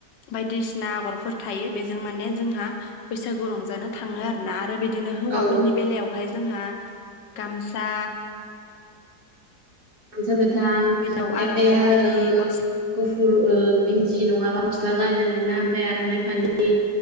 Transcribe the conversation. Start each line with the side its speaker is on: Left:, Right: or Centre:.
Left: बायदिसिना आगरफोर थायो बेजों माने जोंहा बैसागु रंजानो थाङो आरोना आरो बिदिनो हौवाफोरनि
Right: औ
Left: बेलायावहाय जोंहा गामसा
Right: मजा गोथां
Left: बिनाव
Right: खायफाया
Left: आर'नाइ फालि
Right: ओ
Left: गस्ला
Right: गुफ <unintelligible> बिन्ज नङाबा गस्ला गानो आरोना ओमफ्राय आर'नाइ फालि